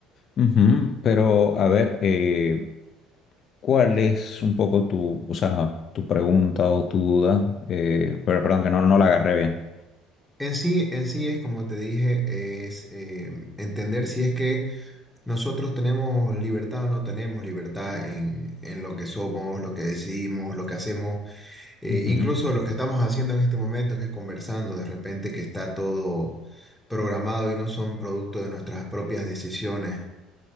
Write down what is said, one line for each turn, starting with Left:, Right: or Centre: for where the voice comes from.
Left: Ujú, Pero, a ver, eh, ¿cuál es un poco tu, o sea, tu pregunta o tu duda? Eh, pero perdón, que no, no la agarré bien.
Centre: En sí, en sí es como te dije, es eh, entender si es que nosotros tenemos libertad o no tenemos libertad en, en lo que somos, lo que decidimos, lo que hacemos, eh,
Left: Ujú,
Centre: incluso lo que estamos haciendo en este momento, que es conversando de repente, que está todo programado y no son producto de nuestras propias decisiones.